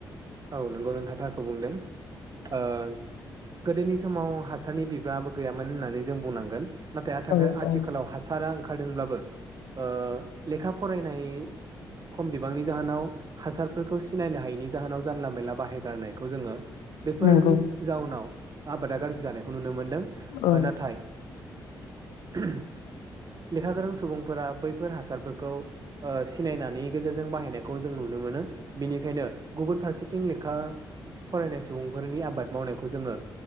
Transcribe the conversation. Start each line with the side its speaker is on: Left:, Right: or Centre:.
Right: औ नंगौ नोंथां थारखौ बुंदों ओ गोदोनि समाव हासारनि बिबाङाबो गैयामोन होननानै जों बुंनांगोन। नाथाय आथा
Left: औ
Right: आथिखालाव
Left: औ
Right: हासारा ओंखारदोंब्लाबो ओ लेखा फरायनाय खम बिबांनि जाहोनाव हासारफोरखौ सिनायनो हायैनि जाहोनाव जानला मेला बाहायगारनायखौ जोंङो बेफोरनि
Left: नंगौ
Right: जाउनाव आबादा गाज्रि जानायखौ नुनो मोनो। दों
Left: औ
Right: नाथाय <unintelligible> लेखा गोरों सुबुंफोरा बैफोर हासारफोरखौ सिनायनानै गेजेरजों बाहायनायखौ जों नुनो मोनो बेनिखायनो गुबुन फारसे फारसेथिं लेखा फरायनाय सुबुंफोरनि आबाद मावनायखौ जोंङो